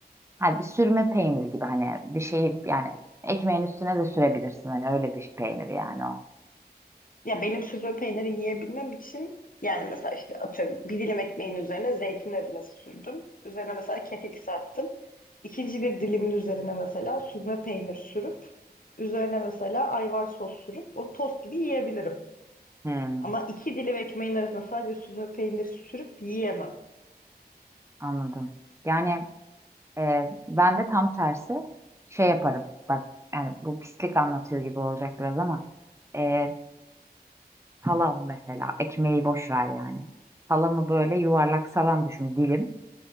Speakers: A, on the right; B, on the left.
A: Ha, bir sürme peynir gibi hani bir şeyi yani ekmeğin üstüne de sürebilirsin hani öyle bir peynir yani o.
B: Ya benim süzme peyniri yiyebilmem için yani mesela işte atıyorum bir dilim ekmeğin üzerine zeytin ezmesi sürdüm. Üzerine mesela kekik serptim. İkinci bir dilimin üzerine mesela süzme peynir sürüp üzerine mesela ayvar sos sürüp onu tost gibi yiyebilirim.
A: Hmm,
B: Ama iki dilim ekmeğin arasına sadece süzme peyniri sürüp yiyemem.
A: anladım. Yani e, ben de tam tersi şey yaparım. Bak yani bu pislik anlatıyor gibi olacak biraz ama e, salam mesela ekmeği boş ver yani. Salamı böyle yuvarlak salam düşün dilim.